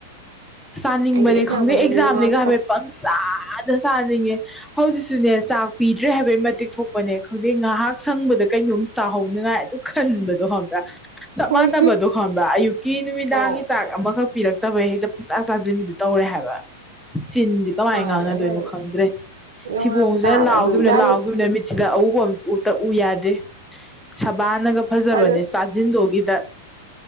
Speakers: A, in the centre; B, on the right.
A: ꯆꯥꯅꯤꯡꯕꯅꯦ
B: ꯑꯩꯗꯤ ꯑꯦꯛꯖꯥꯝ
A: ꯈꯪꯗꯦ
B: ꯃꯅꯨꯡꯗ
A: ꯑꯦꯛꯖꯥꯝꯅꯦꯒ
B: ꯌꯣꯡꯌꯥꯝ
A: ꯍꯥꯏꯐꯦ
B: ꯆꯥꯏ
A: ꯄꯪ ꯆꯥꯗ ꯆꯥꯅꯤꯡꯉꯦ ꯍꯧꯖꯤꯛꯁꯨꯅꯦ ꯆꯥꯛ ꯄꯤꯗ꯭ꯔꯦ ꯍꯥꯏꯕꯩ ꯃꯇꯤꯛ ꯊꯣꯛꯄꯅꯦ ꯈꯪꯗꯦ ꯉꯥꯏꯍꯥꯛ ꯁꯪꯕꯗ ꯀꯩꯅꯣꯝ ꯆꯥꯍꯧꯅꯤꯉꯥꯏ ꯑꯗꯨꯝ ꯈꯟꯕꯗꯣ ꯈꯟꯕ꯭ꯔꯥ ꯆꯞ
B: ꯍꯣꯏ
A: ꯃꯥꯟꯅꯕꯗꯣ ꯈꯟꯕ꯭ꯔꯥ ꯑꯌꯨꯛꯀꯤ ꯅꯨꯃꯤꯗꯥꯡꯒꯤ
B: ꯑꯣ
A: ꯆꯥꯛ ꯑꯃꯈꯛ ꯄꯤꯔꯛꯇꯕꯩ ꯍꯦꯛꯇ ꯄꯨꯡꯆꯥꯥ ꯆꯥꯖꯤꯟꯕꯤꯗꯨ ꯇꯧꯔꯦ ꯍꯥꯏꯕ ꯆꯤꯟꯖꯤ ꯀꯃꯥꯏꯅ
B: ꯃꯥꯅꯦ
A: ꯉꯥꯡꯅꯗꯣꯏꯅꯣ
B: ꯑꯗꯨ
A: ꯈꯪꯗ꯭ꯔꯦ
B: ꯌꯣꯡꯌꯥꯝ
A: ꯊꯤꯕꯣꯡꯁꯦ
B: ꯆꯥꯕ
A: ꯂꯥꯎꯈꯤꯕꯅ
B: ꯑꯗꯨ ꯌꯥꯔꯤ
A: ꯂꯥꯎꯒꯤꯈꯤꯕꯅ ꯃꯤ ꯁꯤꯗ ꯑꯎꯕ ꯑꯝꯇ ꯎ ꯎ ꯌꯥꯗꯦ ꯁꯕꯥꯟꯅꯒ ꯐꯖꯕꯅꯦ
B: ꯑꯗꯨ
A: ꯆꯥꯖꯤꯟꯗꯣꯒꯤꯗ